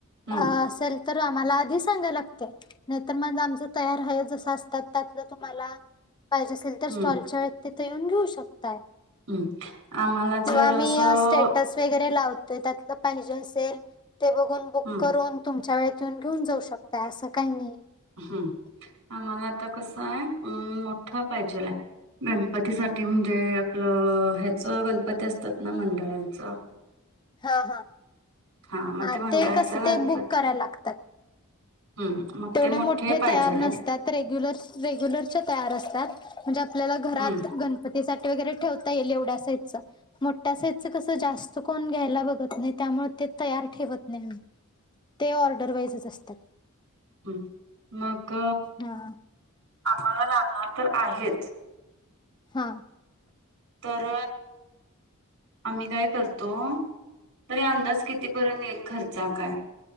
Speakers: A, on the right; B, on the left.
A: हम्म
B: अ असेल तर आम्हाला आधी सांगाव लागते. तर मग आमचं तयार हय जसं असतात त्यातलं तुम्हाला पाहिजे असेल तर
A: हम्म
B: स्टॉलच्या तिथे येऊन घेऊ शकताय
A: हम्म आम्हाला जर
B: हो आम्ही
A: असं
B: स्टेटस वगैरे लाव देतात त्या पाहीजे असल ते बघुन बुक
A: हम्म
B: करून तुमच्या व इथून घेऊन जाऊ शकता असं काही नाही.
A: ह आम्हाला आता कसं आहे मोठा पाहिजेलाय. गणपतीसाठी म्हणजे आपलं ह्याच गणपती असतात ना मंडळांचं
B: हा हा
A: हा मग
B: अ
A: मंडळांचा
B: ते कस
A: गणपती
B: ते बुक करायला लागतात.
A: हम्म मग
B: तेवढे
A: ते
B: मोठे
A: पाहिजेल
B: तयार
A: आहेत.
B: नसतात रेगुलर रेग्युलरच्या तयार असतात. म्हणजे आपल्याला घरात
A: हम्म
B: गणपतीसाठी. ठेवता येईल येवढं अस साईजच, मोठ्या साईजच अस जास्त कोण घ्यायला बगत नाही त्यामुळे ते ते तयार ठेवत नाही ते ऑर्डर वाईजच असतात.
A: हम्म मग
B: हा.
A: आम्हाला लागणार तर आहेच.
B: हा
A: तर आम्ही काय करतो तर अंदाज कितीपर्यंत येईल खर्च काय?